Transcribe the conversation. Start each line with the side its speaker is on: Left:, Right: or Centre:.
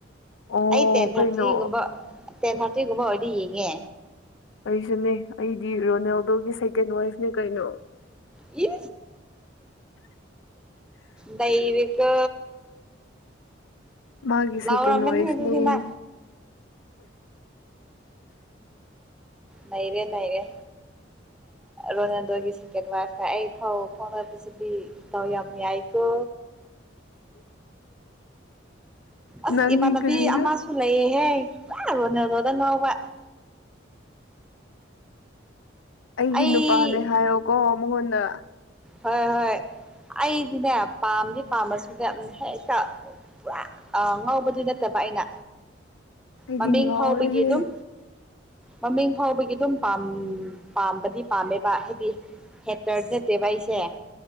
Left: ꯑꯣ
Centre: ꯑꯩ ꯇꯦꯟ ꯊꯥꯔꯇꯤꯒꯨꯝꯕ
Left: ꯀꯩꯅꯣ
Centre: ꯇꯦꯟ ꯊꯥꯔꯇꯤꯒꯨꯝꯕ ꯑꯣꯏꯔꯗꯤ ꯌꯦꯡꯉꯦ
Left: ꯑꯩꯁꯨꯅꯦ ꯑꯩꯗꯤ ꯔꯣꯅꯦꯜꯗꯣꯒꯤ ꯁꯦꯀꯦꯟ ꯋꯥꯏꯐꯅꯦ ꯀꯩꯅꯣ
Centre: ꯏ ꯅꯩꯔ ꯀꯣ
Left: ꯃꯥꯒꯤ
Centre: ꯍ
Left: ꯁꯦꯀꯦꯟ
Centre: ꯎꯔꯃꯦꯅ
Left: ꯋꯥꯏꯐꯅꯦ
Centre: ꯍꯗꯨꯗꯤꯅ ꯂꯩꯔꯦ ꯂꯩꯔꯦ ꯔꯣꯅꯥꯜꯗꯣꯒꯤ ꯁꯦꯀꯦꯟ ꯋꯥꯏꯐꯀ ꯑꯩ ꯐꯥꯎꯁꯤꯗꯤ ꯇꯧ ꯌꯥꯝ ꯌꯥꯏꯀꯣ ꯑꯁ
Left: ꯅꯪꯗꯤ
Centre: ꯏꯃꯥꯟꯅꯕꯤ
Left: ꯀꯔꯤꯅꯣ
Centre: ꯑꯃꯁꯨ ꯂꯩꯌꯦꯍꯦ ꯑ ꯔꯣꯟꯂꯗꯣꯗ ꯉꯧꯕꯥ
Left: ꯑꯩꯒꯤ
Centre: ꯑꯩ
Left: ꯅꯨꯄꯥꯅꯦ ꯍꯥꯏꯌꯣꯀꯣ ꯃꯍꯟꯅ
Centre: ꯍꯣꯏ ꯍꯣꯏ ꯑꯩꯗꯤꯅꯦ ꯄꯥꯝꯗꯤ ꯄꯥꯝꯃꯁꯨꯅꯦ ꯍꯦꯛꯇ ꯄꯨꯔꯥ ꯉꯧꯕꯗꯨ ꯅꯠꯇꯕ ꯑꯩꯅ
Left: ꯑꯩꯗꯤ
Centre: ꯃꯃꯤꯡ
Left: ꯉꯥꯎꯔꯦꯍꯦ
Centre: ꯐꯥꯎꯕꯒꯤ ꯑꯗꯨꯝ ꯃꯃꯤꯡ ꯐꯥꯎꯕꯒꯤ ꯑꯗꯨꯝ ꯄꯥꯝꯕꯗꯤ ꯄꯥꯝꯃꯦꯕ ꯍꯥꯏꯗꯤ ꯍꯦꯇꯔꯗꯤ ꯅꯠꯇꯦꯕ ꯑꯩꯁꯦ ꯆꯦ